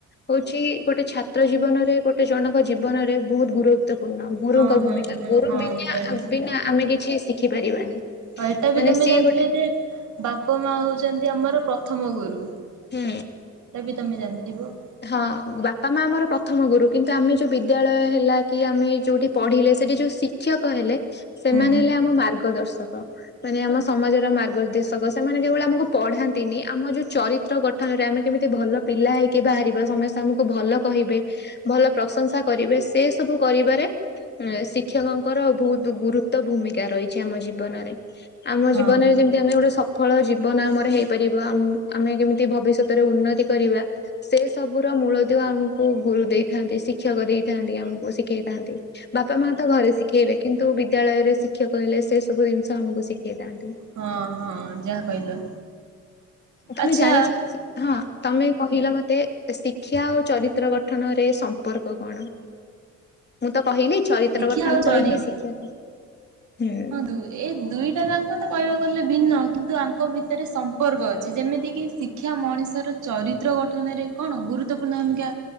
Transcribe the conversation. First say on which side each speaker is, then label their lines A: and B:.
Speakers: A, on the left; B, on the right.
A: ହଉଛି ଗୋଟେ ଛାତ୍ର ଜୀବନରେ ଗୋଟେ ଜଣଙ୍କ ଜୀ ବନରେ ବହୁତ ଗୁରୁତ୍ୱପୂର୍ଣ୍ଣ। ଗୁରୁଙ୍କଭୂମିକା
B: ହଁ ହଁ ହଁ
A: ଗୁରୁ
B: ହଁ
A: ବିନା
B: ମୁଁ ଜାଣିଛି
A: ବିନା ଆମେ କିଛି ଶିଖି ପାରିବାନି।
B: ହଁ ଏଇଟାବି
A: ମାନେ
B: ତମେ
A: ସିଏ
B: ଜାଣିଥିବଯେ
A: ଗୋଟେ
B: ବାପ ମା ହଉଛନ୍ତି ଆମର ପ୍ରଥମ ଗୁରୁ।
A: ହୁଁ।
B: ଏଟାବି ତମେ ଜାଣିଥିବ।
A: ହଁ ବାପା ମା ଆମର ପ୍ରଥମ ଗୁରୁ କିନ୍ତୁ ଆମେ ଯୋଉ ବିଦ୍ୟାଳୟ ହେଲାକି ଆମେ ଏଇ ଯୋଉଠି ପଢିଲେ ସେଠି ଯୋଉ ଶି କ୍ଷକ ହେଲେ ସେମାନେ
B: ହୁଁ
A: ହେଲେ ଆମ ମାର୍ଗଦର୍ଶକ ମାନେ ଆମ ସମାଜ ମାର୍ଗଦର୍ଶକ ସେମାନେ ଯୋଉ ଭଳିଆ ଆମକୁ ପଢାନ୍ତିନି ଆମ ଯୋଉ ଚରିତ୍ର ଗଠନରେ ଆମେ କେମିତି ଭଲ ପିଲା ହେଇକି ବାହାରିବୁ। ପୁରା ସମସ୍ତେ ଆମକୁ ଭଲ କହିବେ ଭଲ ପ୍ରଶଂସା କରିବେ ସେ ସବୁ କରିବାରେ ନେ ଶିକ୍ଷକଙ୍କର ବହୁତ ଗୁରୁତ୍ୱ ଭୂମିକା ରହିଛି ଆମ ଜୀବନରେ ଆମ
B: ହଁ
A: ଜୀବନରେ ଯେମିତି ଆମେ ଗୋଟେ ସଫଳ ଜୀବନ ଆମର ହେଇପାରିବ ଆମ ଆମେ କେମିତି ଭବିଷ୍ୟତ ରେ ଉନ୍ନତି କରିବା ସେ ସବୁର ମୂଳଦୁଆ ଆମକୁ ଗୁରୁ ଦେଇଥାନ୍ତି ଶିକ୍ଷ କ୍ଷକ ଦେଇଥାନ୍ତି ଆମକୁ ଶିଖେଇଥାନ୍ତି ବାପା ମାତ ଘରେ ଶିଖେଇବେ କିନ୍ତୁ ବିଦ୍ୟାଳୟରେ ଶି କ୍ଷକ ହେଲେ ସେ ସବୁ ଜିନିଷ ଆମକୁ ଶିଖେଇଥାନ୍ତି।
B: ହଁ ହଁ ଯାହା କହିଲ।
A: ତମେ
B: ଆଚ୍ଛା
A: ଜାଣିଛ ହଁ ତମେ କହିଲ ମତେ ଶିକ୍ଷା ଆଉ ଚରିତ୍ର ଗଠନରେ ସମ୍ପର୍କ କଣ? ମୁଁ ତ କହିଲି ଚରିତ୍ର
B: ଦେଖିଆ
A: ଗଠନ
B: ଆଉ ଶରୀର
A: କହିଲି ଶିକ୍ଷା ସ ହୁଁ।
B: ହଁ ଦୁ ଏ ଦୁଇଟା ଜାଙ୍କ ତ କହିବାକୁ ଗଲେ ଭିନ୍ନ କିନ୍ତୁ ଆଙ୍କ ଭିତରେ ସମ୍ପର୍କ ଅଛି ଯେମିତି କିି ଶିକ୍ଷା ମଣିଷର ଚରିତ୍ର ଗଠନରେ କଣ ଗୁରୁତ୍ୱପୂର୍ଣ୍ଣ ଭୂମିକା